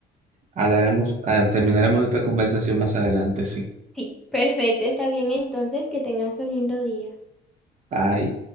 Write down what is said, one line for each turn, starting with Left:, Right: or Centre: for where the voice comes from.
Right: hablaremos, ah, terminaremos esta conversación más adelante, sí.
Centre: Sí, perfecto, está bien entonces, que tengas un lindo día.
Right: Bye.